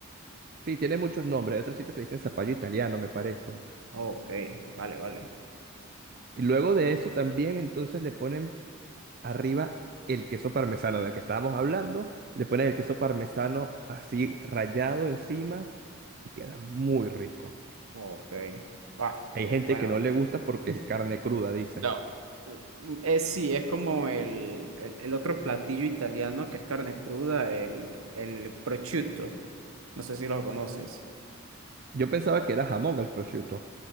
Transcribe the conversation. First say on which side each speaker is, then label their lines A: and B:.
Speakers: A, on the right; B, on the right.
A: Sí, tiene muchos nombres. Hay otro sitio que le dicen zapallo italiano, me parece.
B: Ok, vale, vale.
A: Y luego de eso también entonces le ponen arriba el queso parmesano del que estábamos hablando, le pones el queso parmesano así rallado encima y queda muy rico.
B: Ok. Ah,
A: Hay
B: eh,
A: gente
B: bueno,
A: que no le gusta porque es
B: <laughs>
A: carne cruda, dicen.
B: No, es sí, es como el, el, el otro platillo italiano que es carne cruda, el, el prosciutto. No sé si lo conoces.
A: Yo pensaba que era jamón el prosciutto.